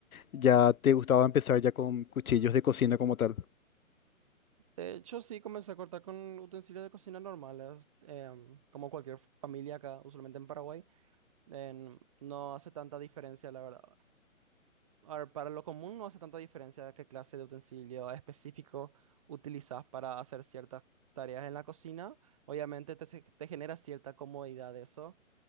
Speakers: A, on the left; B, on the right.
A: ya te gustaba empezar ya con cuchillos de cocina como tal.
B: De hecho, sí, comencé a cortar con utensilios de cocina normales, em, como cualquier familia acá, usualmente en Paraguay. em, no hace tanta diferencia, la verdad. A ver, para lo común no hace tanta diferencia qué clase de utensilio específico utilizas para hacer ciertas tareas en la cocina. Obviamente te, se- te genera cierta comodidad eso.